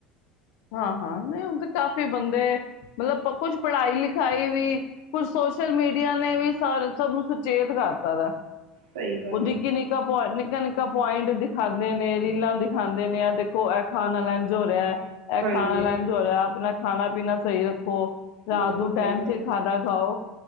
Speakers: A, on the left; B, on the right.
A: ਹਾਂ ਹਾਂ ਨਹੀਂ ਹੁਣ ਤੇ ਕਾਫੀ ਬੰਦੇ ਮਤਲਬ ਕੁਛ ਪੜ੍ਹਾਈ ਲਿਖਾਈ ਵੀ ਕੁਝ ਸੋਸ਼ਲ ਮੀਡੀਆ ਨੇ ਵੀ ਸ ਸਭ ਨੂੰ ਸੁਚੇਤ ਕਰਤਾ ਦਾ
B: ਸਹੀ ਗੱਲ
A: ਉਹ ਨਿੱਕੀ
B: ਹੈ
A: ਨਿੱਕਾ ਨਿੱਕਾ ਨਿੱਕਾ ਪੁਆਇੰਟ ਦਿਖਾਂਦੇ ਨੇ ਰੀਲਾਂ ਦਿਖਾਉਂਦੇ ਨੇ ਆ ਦੇਖੋ ਇਹ ਖਾਣਾ ਲਜ ਹੋ ਰਿਹਾ ਇਹ
B: ਹਾਂਜੀ
A: ਖਾਣਾ ਲੈਣ ਜੋ ਰੀਆਂ ਆਪਣਾ ਖਾਣਾ ਪੀਣਾ ਸਹੀ ਰੱਖੋ ਰਾਤ
B: ਬਿਲਕੁਲ
A: ਨੂੰ
B: ਸਹੀ
A: ਟਾਈਮ
B: ਗੱਲ
A: ਤੇ
B: ਹੈ।
A: ਖਾਣਾ ਖਾਓ